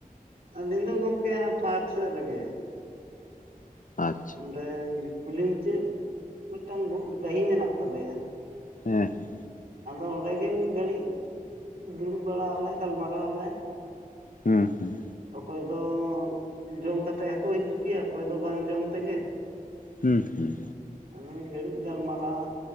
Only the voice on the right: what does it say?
ᱟᱹᱞᱤᱧ ᱫᱚ ᱜᱚᱝᱠᱮ ᱦᱟᱸᱜ ᱴᱷᱟᱠ ᱥᱮᱫ ᱨᱮᱜᱮ᱾
ᱚᱸᱰᱮ ᱠᱩᱞᱦᱤ ᱢᱩᱪᱟᱹᱫ ᱢᱤᱫᱴᱟᱝ ᱰᱟᱹᱦᱤ ᱢᱮᱱᱟᱜ ᱛᱟᱞᱮᱭᱟ᱾
ᱟᱫᱚ ᱚᱸᱰᱮ ᱜᱮ ᱢᱤᱫ ᱜᱷᱟᱹᱲᱤᱡ ᱫᱩᱲᱩᱵ ᱵᱟᱲᱟᱜ ᱟᱞᱮ ᱜᱟᱞ ᱢᱟᱨᱟᱜ ᱟᱞᱮ᱾
ᱚᱠᱚᱭ ᱫᱚ ᱡᱚᱢ ᱠᱟᱛᱮᱫ ᱦᱚᱸᱠᱚ ᱦᱤᱡᱩᱜ ᱜᱮᱭᱟ ᱚᱠᱚᱭ ᱫᱚ ᱵᱟᱝ ᱡᱚᱢ ᱛᱮᱜᱮ
ᱟᱫᱚ ᱢᱤᱫ ᱜᱷᱟᱹᱲᱤᱡ ᱜᱟᱞ ᱢᱟᱨᱟᱜ